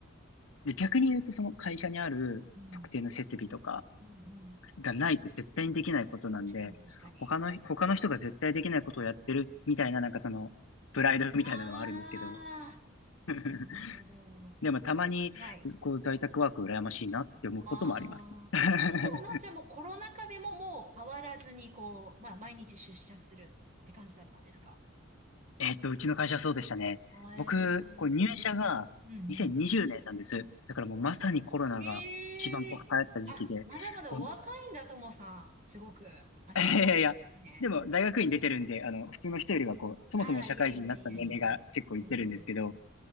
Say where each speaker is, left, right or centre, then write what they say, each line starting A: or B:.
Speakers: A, on the left; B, on the right.
A: で、逆に言うとその会社にある特定の設備とか、
B: うんうん。うんうん。
A: がないと絶対にできないことなんで、
B: 確かに、確かに。
A: 他の、
B: はい。
A: 他の人が絶対できないことをやってるみたいな、なんかその、プライドみたいなのはあるんですけど、
B: ああ、
A: <laughs>
B: なるほど。
A: でもたまに、
B: そしはい。
A: こう、在宅ワーク羨ましいなって思うこともあります。
B: ああ。
A: <laughs>
B: そしたら、まあ、じゃあもうコロナ禍でももう変わらずに、こう、まあ、毎日出社するって感じだったんですか
A: えっと、うちの会社はそうでしたね。
B: あえー
A: 僕、こう、入社が2020年なんです。
B: うんうん。
A: だからもうまさにコロナが一番こう流行った時期で、
B: ええあ、まだまだお若いんだ、
A: こう、
B: ともさん。すごく。あ、
A: <laughs>
B: そうね。
A: いやいやいや、でも大学院出てるんで、あの、普通の人よりはこう、そもそも社会人になった年齢が結構いってるんですけど、
B: ああ、いやいやいやいやいや、全然全然。